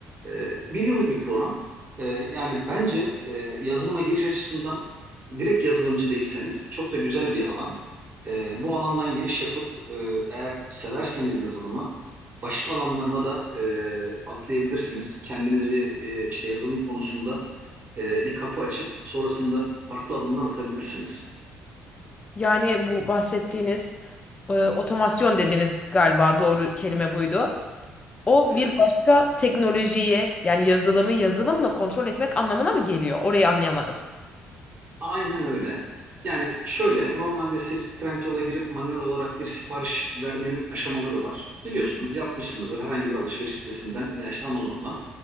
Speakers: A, on the right; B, on the left.
A: Ee, Bir yıllık bir program. Ee, Yani bence e, yazılıma giriş açısından direkt yazılımcı değilseniz çok da güzel bir alan. Ee, Bu alandan giriş yapıp e, eğer severseniz yazılımı Başka alanlarına da e, atlayabilirsiniz. Kendinizi e, işte yazılım konusunda e, bir kapı açıp sonrasında farklı adımlar atabilirsiniz.
B: Yani bu bahsettiğiniz e, otomasyon dediniz galiba doğru kelime buydu. O
A: Evet,
B: bir başka teknolojiyi yani yazılımı yazılımla kontrol etmek anlamına mı geliyor? Orayı anlayamadım.
A: aynen öyle. Yani şöyle, normalde siz Trendyol'a girip manuel olarak bir sipariş vermenin aşamaları var. Biliyorsunuz, yapmışsınızdır herhangi bir alışveriş sitesinden veya işte Amazon'dan.